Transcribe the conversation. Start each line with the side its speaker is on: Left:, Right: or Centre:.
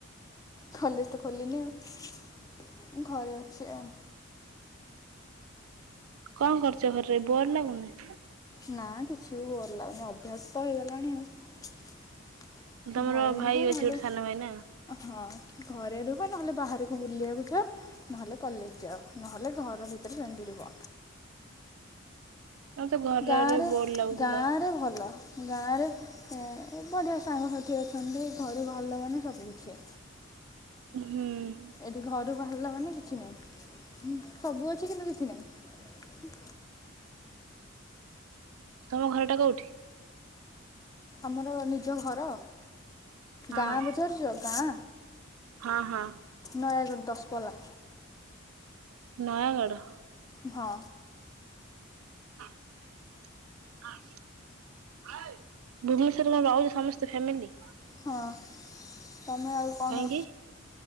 Left: କଲେଜ ତ ଖୋଲିନି ଆଉ। ଘରେ ଅଛି ଆଉ।
Right: କଣ କରୁଛ ଘରେ ରହି ବୋର ଲାଗୁନି।
Left: ନା କିଛିି ବି ବୋର ଲାଗୁନି ଅଭ୍ୟାସ ତ ହେଇଗଲାଣି ଆଉ।
Right: ତମର
Left: ଘରେ
Right: ଭାଇ
Left: ରହ
Right: ଅଛି
Left: ନହେଲେ
Right: ଗୋଟେ ସାନ ଭାଇ ନା?
Left: ହଁ। ଘରେ ରୁହ ନହେଲେ ବାହାରକୁ ବୁଲିବାକୁ ଯାଅ ନହେଲେ କଲେଜ ଯାଅ ନହେଲେ ଘର ଭିତରେ ସେମିତି ରୁହ।
Right: ତମେ ତେ ଘରେ
Left: ଗାଁରେ
Right: ରହି ରହି ବୋର ଲାଗୁଥିଲା।
Left: ଗାଁରେ ଭଲ ଗାଁରେ ବଢ଼ିଆ ସାଙ୍ଗସାଥି ଅଛନ୍ତି ଘରୁ ବାହାରିଲା ମାନେ ସବୁ କିିଛି।
Right: ହୁଁ।
Left: ଏଠି ଘରୁ ବାହାରିଲା ମାନେ କିଛି ନାହିଁ ସବୁ ଅଛି କିନ୍ତୁ କିଛି ନାହିଁ।
Right: ତମ ଘରଟା କୋଉଠି?
Left: ଆମର ନିଜ ଘର
Right: ହଁ
Left: ଗାଁ ପଚାରୁଛ ଗାଁ।
Right: ହଁ ହଁ
Left: ନୟାଗଡ଼ ଦ ପଲା।
Right: ନୟାଗଡ଼।
Left: ହଁ।
Right: ଭୁବନେଶ୍ଵରରେ ତୋମେ ରହୁଚ ସମସ୍ତେ ଫ୍ୟାମିଲି।
Left: ହଁ ତୋମେ ଆଉ କଣ?
Right: କାହିଁକି